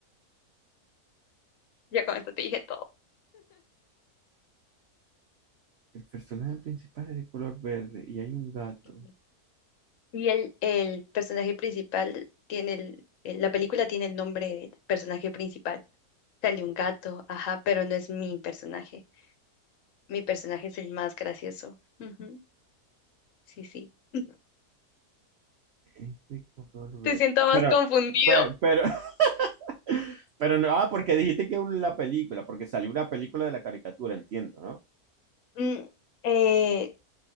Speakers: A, on the left; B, on the right.
A: Ya con esto te dije todo.
B: El personaje principal es de color verde y hay un gato.
A: Ujú. Y el, el personaje principal tiene el, el- la película tiene el nombre del personaje principal. Sale un gato, ajá, pero no es mi personaje. Mi personaje es el más gracioso. Ujú, Sí, sí. <laughs>
B: Es de color verde.
A: Te siento más
B: Pero,
A: confundido.
B: pe- pero, <laughs> pero no, ah, porque dijiste que un- la película, porque salió una película de la caricatura, entiendo, ¿no?
A: Mm, eh,